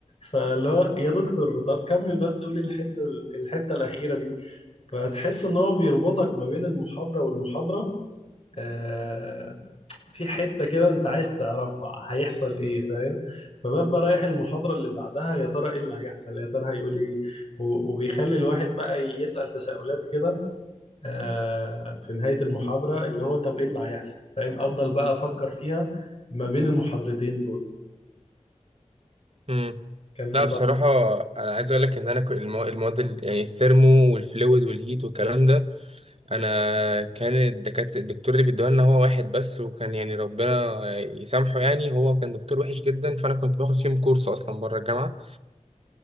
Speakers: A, on the left; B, on the right.
A: فاللي هو يا دكتور طب كمل بس قول الحته الحته الاخيره دي فتحس ان هو بيربطك ما بين المحاضره والمحاضره آه في حته كده انت عايز تعرفها هيحصل ايه فاهم فببقى رايح المحاضره اللي بعدها يا ترى ايه اللي هيحصل يا ترى هيقول ايه و- وبيخلي الواحد بقى يسال تساؤلات كده آه، في نهاية المحاضرة اللي هو طب ايه اللي هيحصل فاهم افضل بقى افكر فيها ما بين المحاضرتين دول
B: امم
A: كان
B: لا
A: بصراحة
B: بصراحه انا عايز اقول لك ان انا ك- المو- المواد ال- يعني الثيرمو والفلويد والهيت والكلام ده انا كان الدكاتره الدكتور اللي بيدوها لنا هو واحد بس وكان يعني ربنا يسامحه يعني هو كان دكتور وحش جدا فانا كنت باخد فيهم كورس اصلا بره الجامعه